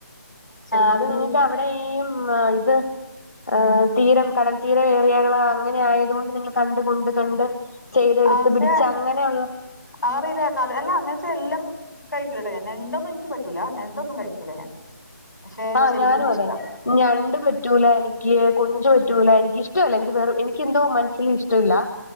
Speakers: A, on the left; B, on the left.
A: ചെമ്മീൻ
B: അത് നിങ്ങൾക്ക് അവിടെ ഈ ത്
A: ഉം
B: ആഹ് തീരം കടൽ തീരയേറിയകള് അങ്ങനെ ആയത്കൊണ്ട് നിങ്ങള് കണ്ട് കൊണ്ട് കണ്ട് ചെയ്തെടുത്ത്
A: ആഹ് പക്ഷെ
B: പിടിച്ച് അങ്ങനെയുള്ള
A: അതറിയില്ല കട അല്ല അങ്ങനത്തെ എല്ലം കഴിക്കില്ലാട്ടോ ഞാൻ ഞണ്ടൊന്നും എനിക്ക് പറ്റൂല ഞണ്ടൊന്നും കഴിക്കൂല്ല ഞാൻ പക്ഷെ
B: ആഹ്
A: ചെമ്മീൻ
B: ഞാനും
A: ഇഷ്ട്ടാ
B: അതെ ഞണ്ട് പറ്റൂല എനിക്ക് കൊഞ്ച് പറ്റൂല എനിക്ക് ഇഷ്ടവല്ല എനിക്ക് വേറെ എനി ക്കെന്തോ മനസില് ഇഷ്ടവില്ല